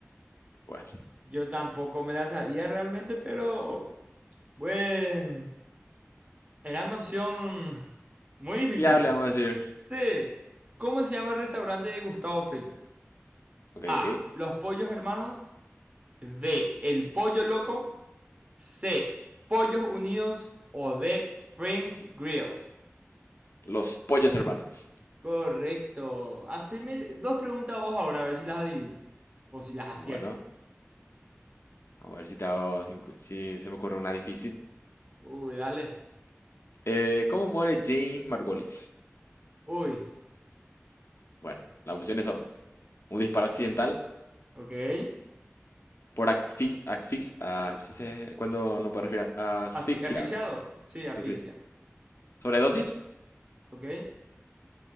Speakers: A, on the left (about 60°); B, on the right (about 30°).
A: Bueno,
B: Yo tampoco me la sabía realmente, pero bueno. Era una opción muy difícil.
A: viable, vamos a decir.
B: C. ¿Cómo se llama el restaurante de Gustavo Fring?
A: Ok,
B: A.
A: ok.
B: Los Pollos Hermanos. B. El Pollo Loco. C. Pollos Unidos. O D. Fring's Grill.
A: Los pollos hermanos.
B: Correcto. Haceme dos preguntas vos ahora, a ver si las adivino. O si las acierto.
A: Bueno, A ver si, te hago si se me ocurre una difícil.
B: Uy, dale.
A: Eh, ¿cómo muere Jane Margolis?
B: Uy,
A: Bueno, las opciones son un disparo accidental
B: ok.
A: por asfixia, cuando no puede respirar, ah, asfixia,
B: Asfi- ¿Asfixiado?
A: ¿verdad?
B: Sí, asfixia.
A: Sí, sí. ¿Sobredosis
B: Ok.